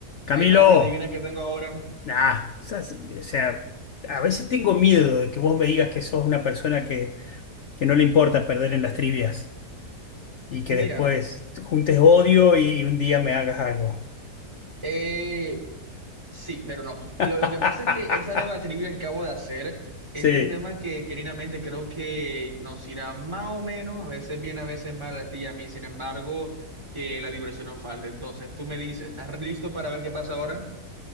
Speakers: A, on the left; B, on the right.
A: Camilo,
B: Hey Pablo, adivina qué tengo ahora.
A: nah, sas- o sea, a veces tengo miedo de que vos me digas que sos una persona que, que no le importa perder en las trivias y que
B: Mira,
A: después juntes odio y un día me hagas algo.
B: eh, sí, pero no. Lo,
A: <laughs>
B: lo que pasa es que esa nueva trivia que acabo de hacer
A: Sí,
B: es un tema que genuinamente creo que nos irá más o menos, a veces bien, a veces mal a ti y a mí. Sin embargo, que la diversión no falte. Entonces, tú me dices, ¿estás listo para ver qué pasa ahora?